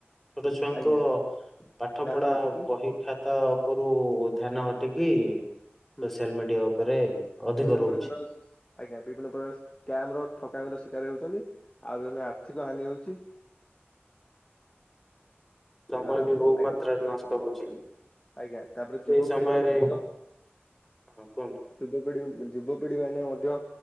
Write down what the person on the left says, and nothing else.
ଆଜ୍ଞା
ଧାନ
ଅଟୁଛି
ଆଜ୍ଞା ହୁଁ।
ବିଭିନ୍ନ
ପ୍ରକାର ଆଜ୍ଞା ବିଭିନ୍ନ ପ୍ରକାର ସ୍କାମର ଠକାମିର ଶିକାର ହେଉଛନ୍ତି ଆଉ ଗଲେ ଆର୍ଥିକ ହାନି ହଉଚି।
ଆଉ
ଆଜ୍ଞା
ଆଜ୍ଞା ତାପରେ
ଯୁବପିଢି
ମାନେ ମଧ୍ୟ
ଯୁବପିଢି ଯୁବପିଢି ମାନେ ମଧ୍ୟ